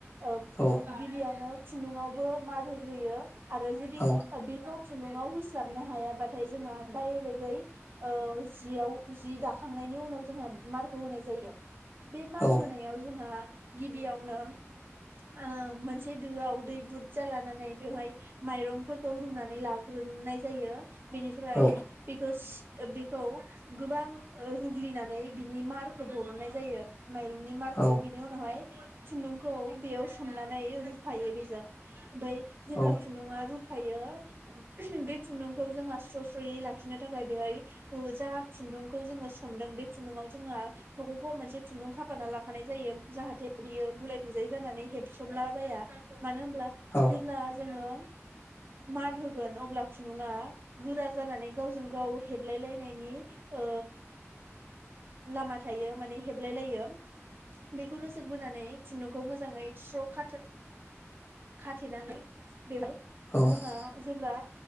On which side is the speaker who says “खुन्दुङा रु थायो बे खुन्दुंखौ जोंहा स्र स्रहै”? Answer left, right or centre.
Right